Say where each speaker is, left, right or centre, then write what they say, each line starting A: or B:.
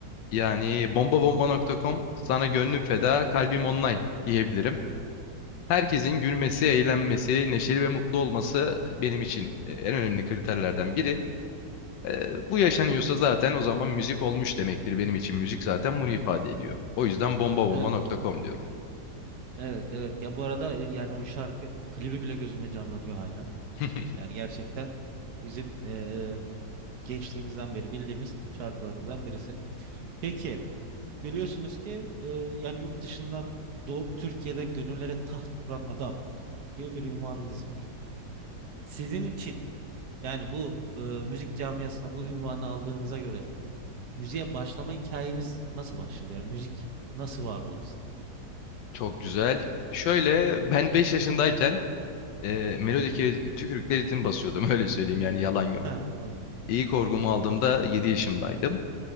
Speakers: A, on the left; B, on the right.
A: yani bombabomba.com sana gönlüm feda, kalbim online diyebilirim. Herkesin gülmesi, eğlenmesi, neşeli ve mutlu olması benim için e, en önemli kriterlerden biri. Ee, bu yaşanıyorsa zaten o zaman müzik olmuş demektir benim için. Müzik zaten bunu ifade ediyor. O yüzden bombabomba.com
B: Evet,
A: diyorum.
B: evet. evet. Ya bu arada e, yani o şarkı klibi bile gözümde canlanıyor hala.
A: <laughs>
B: Yani gerçekten bizim e, gençliğimizden beri bildiğimiz şarkılarımızdan birisi. Peki Biliyorsunuz ki e, yani yurt dışından doğup Türkiye'de gönüllere taht kuran adam gibi bir ünvanınız var. Sizin için yani bu e, müzik camiasına bu ünvanı aldığınıza göre müziğe başlama hikayeniz nasıl başladı? Yani müzik nasıl var oldu sizde?
A: Çok güzel. Şöyle ben 5 yaşındayken e, melodike tükürükle ritim basıyordum <laughs> öyle söyleyeyim yani yalan yok.
B: Evet, doğru.
A: İlk orgumu
B: Tabii.
A: aldığımda 7 yaşındaydım.